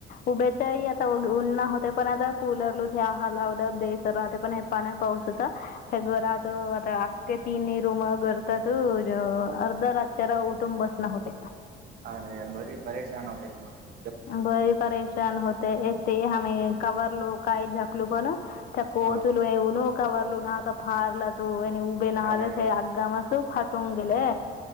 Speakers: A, on the left; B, on the right.
A: उभ्याच्याही आता उनना हो ते पण आता कूलर ल ह लावलं देसर राहते पण हे पान पाऊस होता हे घर आता ते तीनही रूम करतात अर्ध रातच्यारा उठून बसण होते.
B: अरे बरी परेशान होते क म
A: बरी परेशान होते य ते आमही कवरलो काही झकलू पण त्या कोोतलू
B: हा
A: येऊनू कावररलू नाता फारला तू उबे ना
B: अरे
A: हले आज्गा मसे फाटून गेले.